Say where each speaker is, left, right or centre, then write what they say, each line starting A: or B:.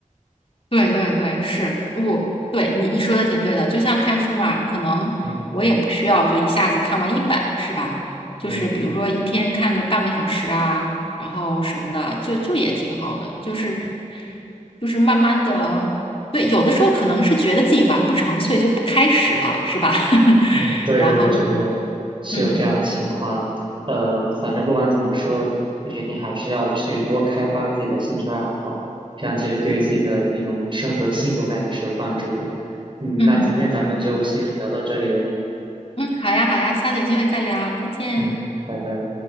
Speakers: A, on the left; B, on the right.
A: 对对对，是我对你你说的挺对的，就像看书嘛，可能我也不需要就一下子看完一本，
B: 嗯，
A: 是吧？就是比如说一天看个半个小时啊，
B: 对，
A: 然后什么的，就就也挺好的，就是就是慢慢的，对，有的时候可能是觉得自己完不成，所以就不开始了，是吧？<laughs>
B: 嗯，对，
A: 然后如
B: 我觉得是有这样的情况。
A: 嗯
B: 呃，反正不管怎么说，我决定还是要去多开发自己的兴趣爱好，这样其实对于自己的那种生活的幸福感也是有帮助的。嗯，
A: 嗯
B: 那今天咱们就先聊到这里喽。
A: 嗯，好呀好呀，下次有机会再聊，再见。
B: 嗯，拜拜。